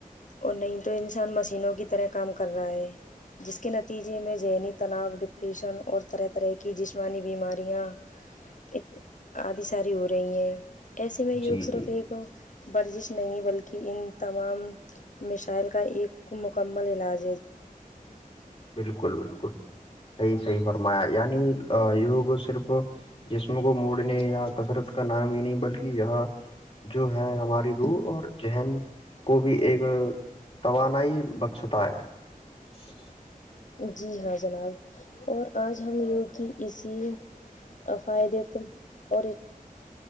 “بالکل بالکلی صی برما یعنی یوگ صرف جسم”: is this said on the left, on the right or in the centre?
Left